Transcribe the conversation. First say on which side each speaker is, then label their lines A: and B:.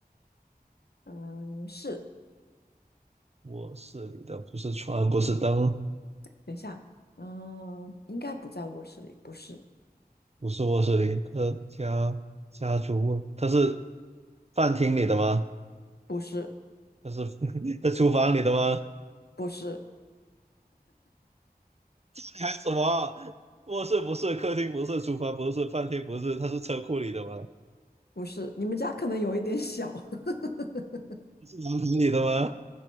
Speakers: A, on the left; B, on the right.
A: 嗯，是。
B: 卧室里的不是床，不是灯，
A: 等一下，嗯，应该不在卧室里，不是
B: 不是卧室里的家家族卧，它是饭厅里的吗？
A: 不是。
B: 它是 <laughs> 在厨房里的吗？
A: 不是
B: 你还有什么？卧室不是，客厅不是，厨房不是，饭厅不是，它是车库里的吗？
A: 不是，你们家可能有一点小。<laughs>
B: 它是阳台里的吗？